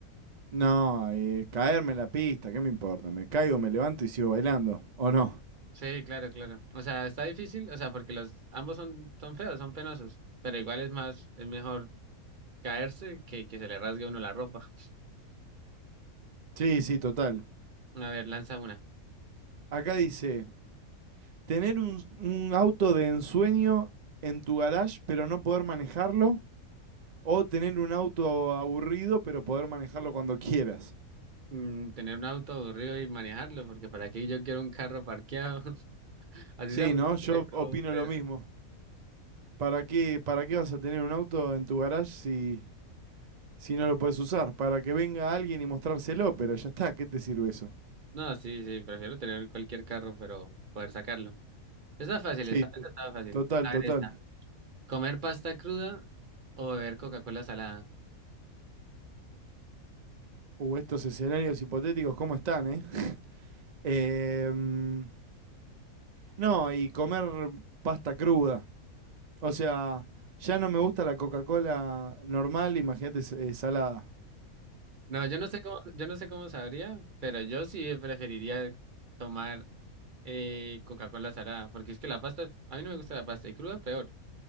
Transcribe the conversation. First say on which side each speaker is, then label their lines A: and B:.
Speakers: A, on the right (about 85°); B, on the right (about 40°).
A: No, eh, caerme la pista, ¿qué me importa? Me caigo, me levanto y sigo bailando. ¿O no?
B: Sí, claro, claro. O sea, está difícil, o sea, porque los ambos son, son feos, son penosos, pero igual es más, es mejor. Caerse, que, que se le rasgue a uno la ropa.
A: Sí, sí, total.
B: A ver, lanza una.
A: Acá dice, tener un, un auto de ensueño en tu garage pero no poder manejarlo. O tener un auto aburrido pero poder manejarlo cuando quieras.
B: Mm, tener un auto aburrido y manejarlo, porque para qué yo quiero un carro parqueado. <laughs> Así
A: Sí,
B: sea muy
A: ¿no?
B: chiquito
A: Yo
B: y todo,
A: opino
B: pero...
A: lo mismo. ¿Para qué, para qué vas a tener un auto en tu garage si, si no lo puedes usar? Para que venga alguien y mostrárselo, pero ya está, ¿qué te sirve eso?
B: No, sí, sí, prefiero tener cualquier carro, pero poder sacarlo. Está fácil,
A: Sí,
B: está,
A: to-
B: está fácil.
A: total,
B: A
A: total.
B: ver, está. ¿Comer pasta cruda o beber Coca-Cola salada?
A: Uh, estos escenarios hipotéticos, ¿cómo están, eh? <laughs> Em, no, y comer pasta cruda. O sea, ya no me gusta la Coca-Cola normal, imagínate s- eh, salada.
B: No, yo no sé cómo, yo no sé cómo sabría, pero yo sí preferiría tomar eh, Coca-Cola salada, porque es que la pasta, a mí no me gusta la pasta, y cruda peor.